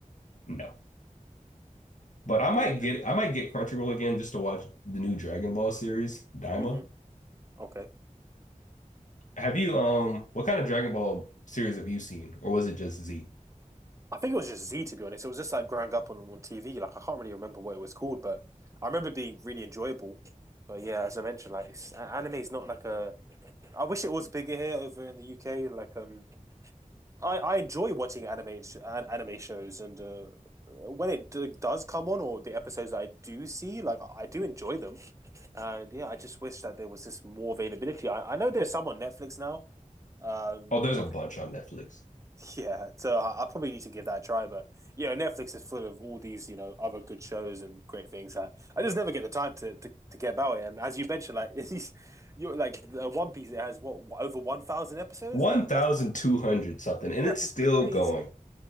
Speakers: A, on the left (about 65°); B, on the right (about 20°).
A: no. But I might
B: Yeah.
A: get I might get Crunchyroll again just to watch the new Dragon Ball series, Daima.
B: hmm Okay.
A: Have you um what kind of Dragon Ball series have you seen? Or was it just Z?
B: I think it was just Z to be honest. It was just like growing up on, on TV. Like I can't really remember what it was called, but I remember it being really enjoyable. But yeah, as I mentioned, like it's, anime is not like a. I wish it was bigger here over in the UK. Like um, I, I enjoy watching anime sh- anime shows, and uh, when it d- does come on or the episodes that I do see, like I I do enjoy them. And yeah, I just wish that there was just more availability. I, I know there's some on Netflix now. Um,
A: Oh, there's
B: over.
A: a bunch on Netflix.
B: <laughs> Yeah, so I, I probably need to give that a try. But yeah, Netflix is full of all these, you know, other good shows and great things that I just never get the time to to, to get about it. And as you mentioned, like <laughs> it's, you're like uh, One Piece, it has what over one thousand episodes.
A: 1,200
B: Like that's
A: something,
B: <laughs>
A: and
B: that's
A: it's still
B: crazy.
A: going.